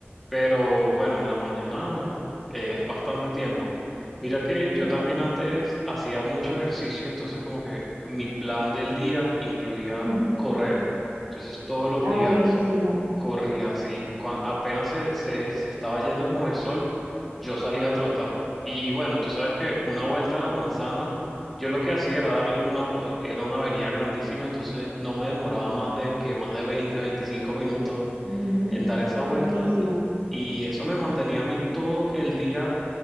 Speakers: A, in the centre; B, on the right.
A: pero bueno, en la mañana es bastante tiempo. Mira que yo
B: Claro.
A: también antes hacía mucho ejercicio, entonces como que mi plan del día incluía
B: <laughs> Mm.
A: correr. Entonces todos los
B: Ay,
A: días
B: buenísimo.
A: corría así, cuando apenas se, se se estaba yendo como el sol, yo salía a trotar. Y bueno, tú sabes que una vuelta a la manzana, yo lo que hacía era darle una, o- era una avenida grandísima, entonces no me demoraba más de que más de 20 25 minutos
B: Ujú,
A: en dar esa vuelta.
B: Buenísimo.
A: Y eso me mantenía a mí todo el día